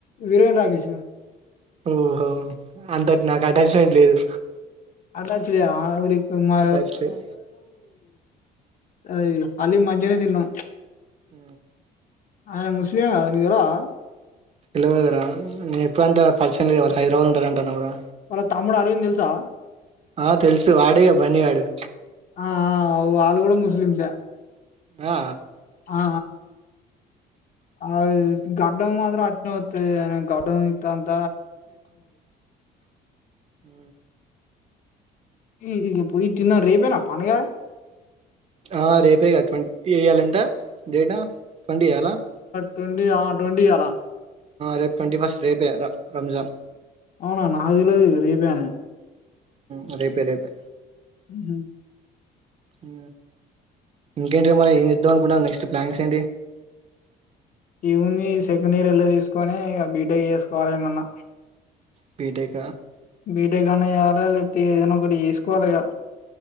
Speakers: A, on the left (about 50°); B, on the right (about 40°).
A: వీరేన్ రాకేష్, అ
B: ఓహో వాని తోటి నాకు అటాచ్మెంట్ లేదు
A: అట్లాచ్చులే ఓరికి మా
B: అటాచ్ లేదు
A: అయ్యో హలీం మంచిగానే తిన్నాం
B: ఊ
A: ఆయన ముస్లిం కదా నీకు తెలవదా,
B: తెల్వదురా నే ఇప్పుడంత పరిచయం లేదు హైదరాబాదులో ఉంటారంటనావ్ గా
A: వాళ్ళ తమ్ముడు అరవింద్ తెలుసా
B: ఆ తెలుసు వాడే బన్నీ గాడు
A: ఆ అ వాళ్ళు కూడా ముస్లిమ్స్
B: ఆ
A: ఆ ఆది గడ్డం మాత్రం అట్లనే వత్తది ఆయన గడ్డం ఇంతంత
B: ఉ
A: ఈ ఇగ పోయి తిందాం రేపేనా పండుగ
B: ఆ రేపే ఇగ ట్వంటీ ఇయాల ఎంత డేటు ట్వంటీ ఇయ్యాల
A: ట్వంటి ఆ ట్వంటీ ఇయ్యాల
B: రేపు ట్వంటీ ఫస్ట్ రేపే రంజాన్
A: అవునా నాకు తెల్వదు రేపే అని
B: ఉ రేపే రేపే
A: ఉహు
B: ఉ ఇంకేంటి మరి ఏం చేద్దాం అనుకుంటున్నావ్ నె నక్స్ట్ ప్లానింగ్స్ ఏంటి
A: ఈ ఉంది సెకండ్ ఇయర్ ఎల్లతీసుకొని ఇగ బీటెక్ చేసుకోవాలి ఎల్లనన్న
B: బీటెక
A: బీటెక్ అన్న చేయాలి లేక ఏదైనా ఒకటి చేసుకోవాలిగా